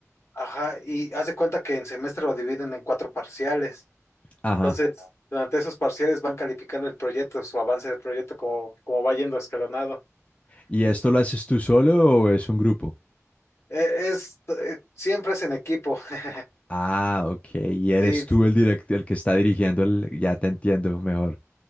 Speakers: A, on the left; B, on the left.
A: Ajá, y haz de cuenta que en semestre lo dividen en cuatro parciales.
B: ajá.
A: Entonces, durante esos parciales van calificando el proyecto, su avance del proyecto, como, como va yendo escalonado.
B: ¿Y
A: Y
B: esto lo haces tú solo o es un grupo?
A: eh, es, eh, siempre es en equipo. <laughs>
B: Ah, ok, y eres
A: Sí,
B: tú el direct- el que está dirigiendo el... Ya te entiendo mejor.